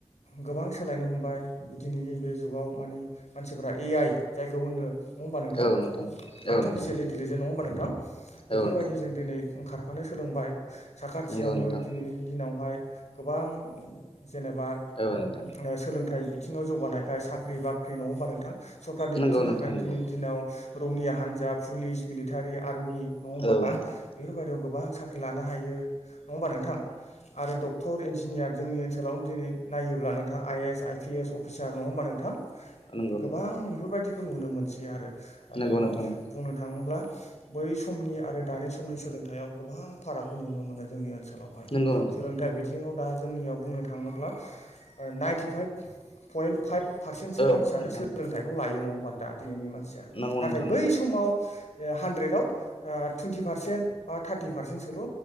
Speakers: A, on the left; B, on the left.
A: गोबां सोलायनो हमबाय दिनैनि बे जुगाव मानि मानसिफ्रा ए आइ जायखौ होनो। नङा होमबा नोंथां?
B: औ औ
A: आर्टिफिसियेलि
B: नोंथां
A: इन्टिलिजोन नङा होमबा नोंथां बेफोरबायदि
B: औ नोंथां
A: जों दिनै ओंखार फ्रानो सोलोंबाय साखाथियावनो
B: नंगौ नोंथां
A: दिनै दिनावहाय गोबां जेनेबा
B: औ नोंथां
A: ओ सोलोंथाइ बिथिङाव जौगानायखाय साख्रि बाख्रि नङाबा नोंथां? सरकारनि
B: नंगौ
A: बिथिंनिफायनो
B: नोंथां नंगौ
A: दिनैनि दिनाव रौनिया हान्जा पुलिस, मिलिटारि, आर्मि नङा होमबा
B: औ नोंथां
A: बेफोरबादियाव गोबां साख्रि लानो हायो। नङा होमबा नोंथां? आरो डक्टर इन्जिनियार जोंनि ओनसोलावनो दिनै नायोब्ला नोंथां I S I P S अ अफिसार नङा होमबा नोंथां
B: नंगौ
A: गोबां
B: नोंथां
A: बेफोरबायदिखो नुनो मोनसै आरो। आरो
B: नंगौ नंगौ
A: बुंनो थाङोब्ला बै सम समनि आरो दानि समनि सोलोंथाइयाव गोबां फारागखौ नुनो मोनो। ‌ जोंनि ओनसोलावहाय
B: नंगौ नोंथां नंगौ नोंथां
A: सोलोंथाइ बिथिङाव दा जोंनियाव बुंनो थाङोब्ला ओ नाइनटि फाइभ पयन्ट फाइभ पारसेन्टसो
B: औ
A: मानसियानो
B: नोंथां
A: सोलोंथाइखौ लायो नङा होमबा दा दिनैनि मानसिया
B: नंगौ
A: नाथाय
B: नोंथां
A: बै समाव ओ हानद्रेदआव ओ टुइन्टि पारसेन्ट बा थारटि पारसेन्टसोल'